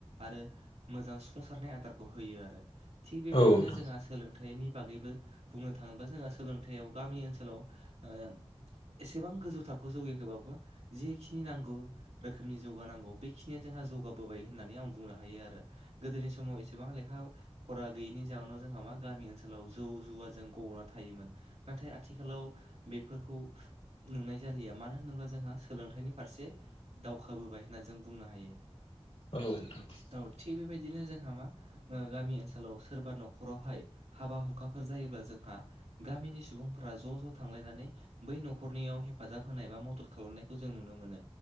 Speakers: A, on the right (about 85°); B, on the left (about 85°).
A: आरो मोजां सुफुंसारनाय आदारखौ होयो आरो थिग बेबायदिनो
B: औ नोंथां
A: जोंहा सोलोंथाइ थाइनि बागैबो बुंनो थाङोबा जोंहा सोलोंथाइयाव गामि ओनसोलाव एसेबां गोजौ थाखोआव जौगायाखोबाबो जेखिनि नांगौ रोखोमनि जौगानांगौ बेखिनिया जोंहा जौगाबोबाय होननानै आं बुंनो हायो आरो गोदोनि समाव एसेबां लेखा फरा गैयिनि जाहोननाव जोंहा मा गामि ओनसोलाव जौ जुवाजों गब'ना थायोमोन नाथाय आथिखालाव बेफोरखौ नुनाय जालिया मानो होनोब्ला जोंहा सोलोंथाइनि फारसे दावखाबोबाय होनना जों बुंनो हायो
B: <unintelligible>
A: औ थिग बेबायदिनो जोंहा मा ओ गामि ओनसोलाव सोरबा न'खरावहाय हाबा हुखाफोर जायोब्ला जोंहा गामिनि सुबुंफोरा ज' ज' थांलायनानै बै न'खरनियाव हेफाजाब होनाय बा मदद खालामनायखौ जों नुनो मोनो